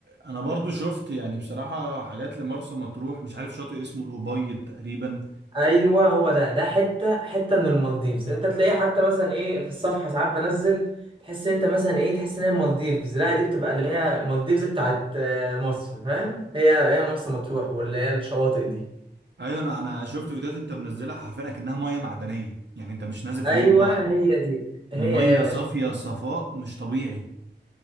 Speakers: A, on the right (about 70°); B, on the right (about 25°).
A: انا برضو شفت يعني بصراحة حاجات لمرسى مطروح مش عارف شاطئ اسمه الأبيض تقريبا
B: ايوه هو ده ده حته حته من المالديفز انت تلاقيه حتى مثلا ايه في الصفحه ساعات بنزل تحس انت مثلا ايه تحس ان هي المالديفز لا دي بتبقى اللي هي المالديفز بتاعت آه، مصر فاهم هي هي مرسى مطروح واللي هي الشواطئ دي
A: ايوه انا انا شفت فيديوهات انت منزلها حرفيا اكنها مية معدنية يعني انت مش نازل في
B: ايوه
A: مية بحر
B: هي دي هي
A: المية
B: دي يا باشا
A: صافية صفاء مش طبيعي